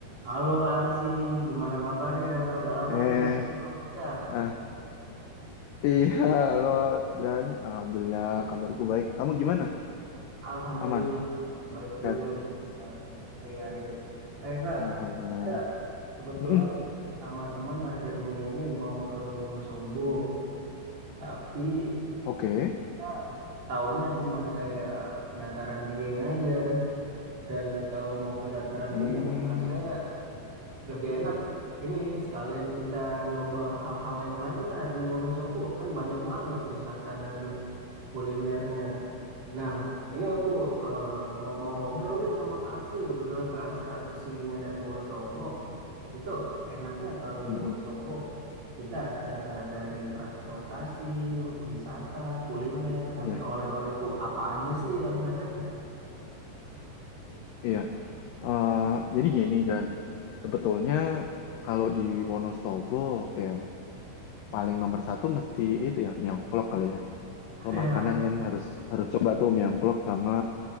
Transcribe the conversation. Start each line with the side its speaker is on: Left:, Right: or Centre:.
Right: Halo Kak Arsi, gimana kabarnya? Udah lama
Left: Eh,
Right: nih nggak ngobrol kita.
Left: ah, iya, halo, Dan. Alhamdulillah, kabarku baik. Kamu gimana?
Right: Alhamdulillah,
Left: Aman?
Right: baik juga
Left: Sehat?
Right: nih Kak, hari-hari. Eh Kak,
Left: Alhamdulillah.
Right: eh, kebetulan
Left: Mm-mm.
Right: sama temen akhir Mei ini mau ke Wonosobo, tapi
Left: Oke.
Right: Kak, taunya cuman kayak dataran Dieng aja. Dan kalau mau ke dataran
Left: Hmm,
Right: Dieng, rasanya lebih enak. Ini sekalian kita nyoba hal-hal yang lain lah di Wonosobo, kan banyak banget wisata dan kulinernya. Nah, ini aku eh, ngo- mau ngobrol nih sama Kak Arsy. Kebetulan Kak Arsy aslinya dari Wonosobo. Itu enaknya kalau
Left: mm-mm.
Right: di Wonosobo, kita secara dari transportasi, wisata, kuliner, sampai
Left: Iya,
Right: oleh-oleh itu apa aja sih yang ada?
Left: iya. Eh, jadi gini, Dan. Sebetulnya kalau di Wonosobo, ya paling nomor satu mesti itu ya, mieongklok kali ya.
Right: <laughs>
Left: Kalau
Right: Ya,
Left: makanan kan harus harus coba tuh mieongklok sama